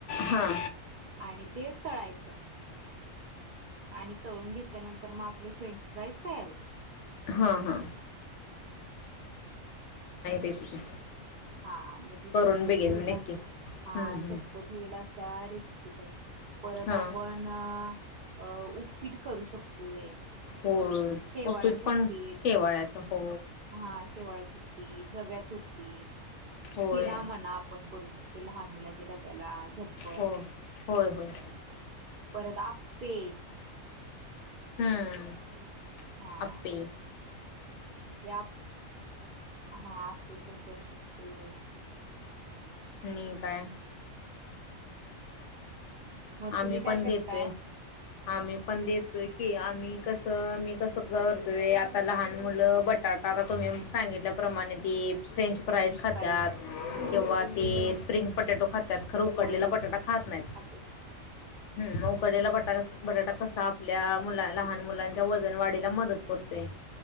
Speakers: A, on the left; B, on the right.
A: हा
B: आणि ते तळायचं आणि तळून घेतल्यानंतर मग आपले फ्रेंच फ्राईज तयार होत.
A: हां हां रेसिपी
B: हा म्हणजे झटपट
A: करून बघेन
B: होईल
A: मी
B: हा
A: नक्की हम्म
B: आणि
A: हम्म
B: झटपट होईल अशा रेसिपी परत
A: हा
B: आपण उपीट करू शकतोय
A: हो
B: शेवाळ्याचं
A: पीट पण
B: उपीट
A: शेवाळ्याचं हो
B: हा शेवाळ्याच पीठ रव्याचं पीठ
A: होय
B: शिरा म्हणा आपण करू शकतो ते लहान मुलांच्या डब्याला झटपट
A: हो होय होय.
B: परत आप्पे.
A: हम्म
B: हा
A: आप्पे
B: म्हणजे आप हा आप्पे पण करू शकतय.
A: नी काय
B: मग
A: आम्ही
B: तुम्ही काय
A: पण
B: करताय
A: देतोय आम्ही पण देतोय की आम्ही कसं आम्ही कसं करतोय आता लहान मुलं बटाट आता तुम्ही सांगितल्याप्रमाणे ती फ्रेंच फ्राईज खात्यात
B: फ्राईज हा
A: किंवा ते स्प्रिंग पटॅटो खात्या त्यात खरं उकडलेला
B: होय होय
A: बटाटा खात नाहीत.
B: खातो की
A: हम मग उकडलेला बाट बटाटा कसा आपल्या मुला लहान मुलांच्या वजन वाढीला मदत तर तर